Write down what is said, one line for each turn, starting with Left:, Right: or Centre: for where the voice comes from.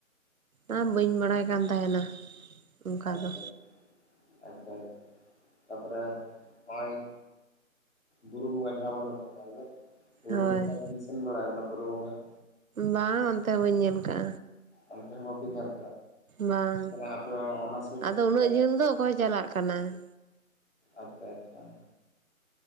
Right: ᱚᱱᱟ ᱵᱟᱹᱧ ᱵᱟᱲᱟᱭ ᱠᱟᱱ ᱛᱟᱦᱮᱱᱟ ᱚᱱᱠᱟ
Left: ᱟᱪᱪᱷᱟ
Right: ᱫᱚ
Left: ᱟ ᱟᱪᱪᱷᱟ ᱟᱪᱪᱷᱟ ᱛᱟᱨᱯᱚᱨᱮ ᱱᱚᱜᱼᱭ ᱵᱩᱨᱩ ᱵᱚᱸᱜᱟ ᱡᱟᱦᱟᱸ ᱵᱚᱱ ᱢᱮᱛᱟᱜ ᱠᱟᱱᱫᱚ
Right: ᱦᱳᱭ
Left: ᱥᱮᱱ ᱵᱟᱲᱟ ᱯ <inaudible>
Right: ᱵᱟᱝ ᱚᱱᱛᱮ ᱵᱟᱹᱧ ᱧᱮᱞ ᱟᱠᱟᱜᱼᱟ
Left: ᱚᱱᱛᱮ ᱦᱚᱸ ᱵᱟᱯᱮ ᱧᱮᱞ
Right: ᱵᱟᱝ
Left: ᱠᱟᱜᱼᱟ ᱟᱯᱮ ᱚᱱᱟ ᱥᱟᱭᱤᱰ
Right: ᱟᱫᱚ
Left: ᱥᱮᱫ
Right: ᱩᱱᱟᱹᱜ ᱡᱷᱟᱹᱞ ᱫᱚ ᱚᱠᱚᱭ ᱪᱟᱞᱟᱜ ᱠᱟᱱᱟ
Left: ᱟᱪᱪᱷᱟ ᱟᱪᱪᱷᱟ